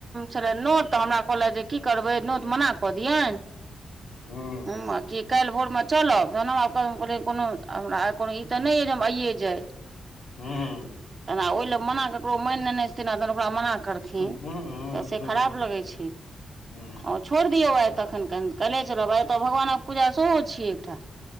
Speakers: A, on the right (about 25°); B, on the left (about 60°).
A: छेलैन नोत तऽ हमरा कहलैथ जे की करबै नोत मना कऽ दियन?
B: ह्म
A: हँ आबकि कैल्ह भोरमे चलब तहन हम आब कहल कोनो हमरा कोनो ई तऽ नै अइ जे हम आइए जाइ। <unintelligible>
B: हूँ।
A: तऽ ओहि लए मना ककरो मैन लेन छैन नत ओकरा मना करथिन
B: ह्म
A: से
B: ह्म ह्म
A: खराब लागै छै
B: ह्म
A: और- छोइड़ दियौ आय तखन कनि कैल्हे चलब आय तऽ भगवानक पूजा सेहो छियै एकटा।